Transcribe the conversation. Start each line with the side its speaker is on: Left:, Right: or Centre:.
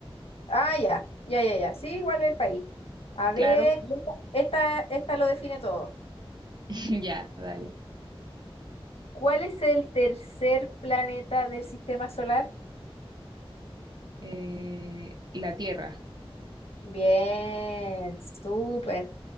Left: ah, ya, ya, ya, ya. Sí, igual el país. A ver,
Right: Claro,
Left: y esta, esta, esta lo define todo.
Right: <laughs> ya, dale.
Left: ¿Cuál es el tercer planeta del sistema solar?
Right: Eh, la Tierra,
Left: Bien, súper.